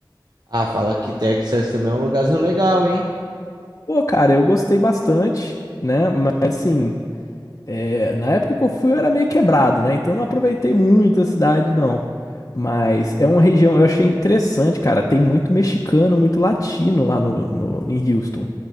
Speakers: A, on the right; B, on the left.
A: Ah, fala que Texas também é um lugarzinho legal, hein?
B: Pô, cara, eu gostei bastante, né? Mas assim, é, na época que eu fui eu era meio quebrado, né? Então eu não aproveitei muito a cidade, não. Mas é uma região, eu achei interessante, cara. Tem muito mexicano, muito latino lá no, no- em Houston.